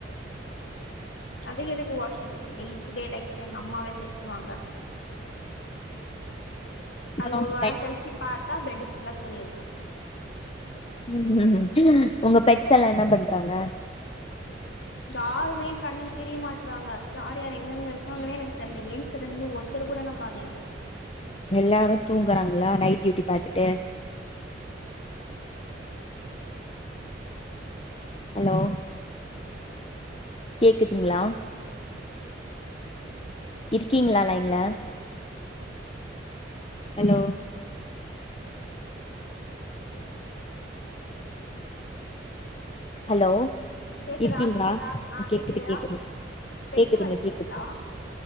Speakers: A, on the left; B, on the left.
A: அதுக்கு எதுக்கு washing machine day to day லைஃப்ல எங்க அம்மாவே தச்சுருவாங்க
B: அப்புறோ
A: அது ஒரு
B: உங்க
A: வாரம்
B: பெட்ஸ்
A: கழிச்சு பாத்தா பெட் ஃபுல்லா துணி இருக்கு
B: ம் உங்க பெட்ஸ் எல்லா என்ன பண்றாங்க
A: யாருமே கண்ணுக்கு தெரிய மாட்றாங்க யார் யார் எங்கெங்க இருப்பாங்கன்னே எனக்கு தெரில ஏன்ஜலுனு ஒருத் தரு கூட நா பாக்கல
B: எல்லாரு தூங்றாங்ளா நைட் டியூட்டி பாத்துட்டு ஹலோ கேக்குதுங்ளா இருக்கீங்ளா லைன்ல ஹலோ ஹலோ
A: கேக்குதா
B: இருக்கீங்ளா
A: கேக்குதா ஆ
B: கேக்குது
A: கேக்குதா
B: கேக்குது
A: பெட்டு
B: கேக்குதுங்க
A: வளக்குறீங்களா
B: கேக்குதுங்க